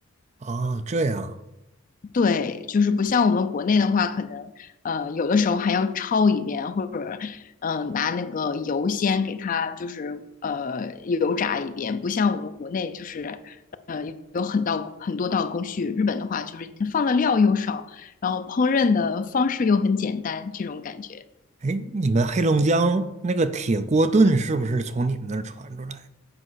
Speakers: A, on the right; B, on the left.
A: 啊，这样。
B: 对，就是不像我们国内的话，可能呃有的时候还要焯一遍，或者嗯、呃拿那个油先给它就是呃油炸一遍，不像我们国内就是呃有很道很多道工序。日本的话就是放的料又少，然后烹饪的方式又很简单，这种感觉。
A: 哎，你们黑龙江那个铁锅炖是不是从你们那儿传出来的？